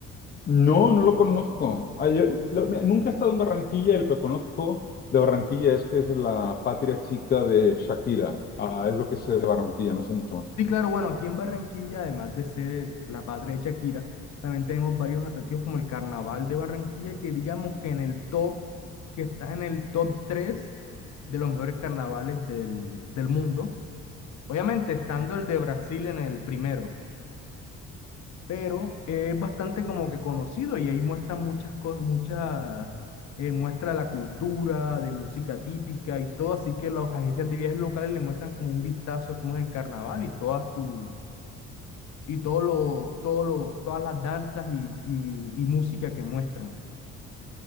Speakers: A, on the left; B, on the left.
A: No, no lo conozco. Ay, yo- lo- me- nunca he estado en Barranquilla y lo que conozco de Barranquilla es que es la patria chica de Shakira. Ah, es lo que sé de Barranquilla, no sé mucho más.
B: Sí, claro, bueno, aquí en Barranquilla, además de ser la patria de Shakira, también tenemos varios atractivos como el carnaval de Barranquilla, que digamos que en el top, que está en el top 3 de los mejores carnavales del, del mundo. Obviamente, estando el de Brasil en el primero. pero es bastante como que conocido y ahí muestra muchas cosas, muchas, eh, muestra la cultura de música típica y todo, así que las agencias de viajes locales le muestran como un vistazo de cómo es el carnaval y toda su, y todo lo, todo lo, todas las danzas y, y, y música que muestran.